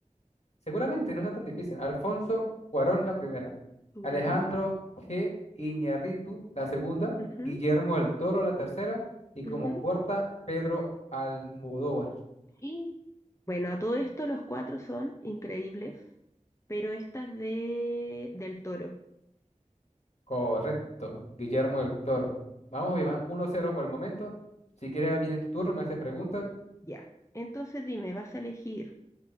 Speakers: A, on the left; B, on the left.
A: seguramente no sea tan difícil. Alfonso Cuarón es la primera. Alejandro
B: Ya.
A: G. Iñárritu, la segunda.
B: ujú,
A: Guillermo del Toro, la tercera. Y como
B: ujú.
A: cuarta, Pedro Almodóvar.
B: Y bueno, a todo esto los cuatro son increíbles, pero esta es de del Toro.
A: Correcto, Guillermo del Toro. Vamos, Iván, Uno cero por el momento. Si quieres, viene tu turno, me haces preguntas
B: Ya. Entonces dime, ¿vas a elegir